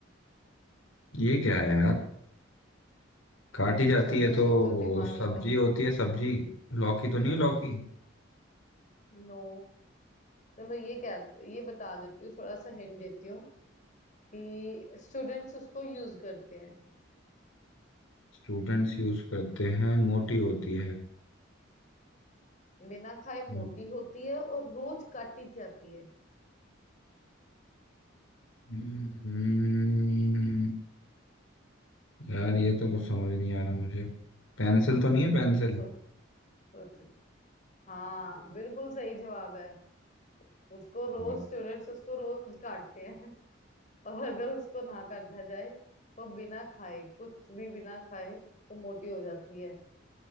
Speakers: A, on the left; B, on the left.
A: ये क्या है यार काटी जाती
B: सोचो
A: है तो
B: सोचो दिमाग
A: सब्जी
B: लगा
A: होती है सब्जी लौकी तो नहीं है लौकी
B: नो चलो ये क्या ये बता देती हूँ थोड़ा सा हिंट देती हूँ कि स्टूडेंट्स उसको यूज करते हैं
A: स्टूडेंट्स यूज करते हैं मोटी होती
B: बिना खाए मोटी
A: है
B: होती है और रोज काटी जाती है
A: हम्म, यार ये तो कुछ समझ नहीं आ रहा मुझे पेंसिल तो नहीं है पेंसिल
B: सोचो सोचो सोचो हाँ बिल्कुल सही जवाब है उसको रोज
A: वाह
B: स्टूडेंट्स उसको रोज काटते हैं और अगर उसको ना काटा जाए वो बिना खाए कुछ भी बिना खाए वो मोटी हो जाती है